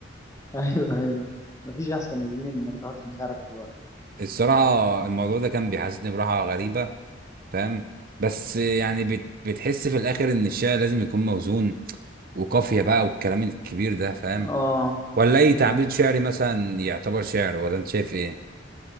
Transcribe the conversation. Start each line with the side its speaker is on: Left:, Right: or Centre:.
Left: <laughs> ايوه ايوه مفيش احسن يا زميلي من انك تحط مشاعرك في الورق
Right: الصراحة الموضوع ده كان بيحسسني براحة غريبة فاهم بس يعني بت- بتحس في الآخر إن الشعر لازم يكون موزون وقافية بقى والكلام الكبير ده فاهم
Left: اه
Right: ولا أي تعبير
Left: اه
Right: شعري مثلا يعتبر شعر ولا أنت شايف إيه؟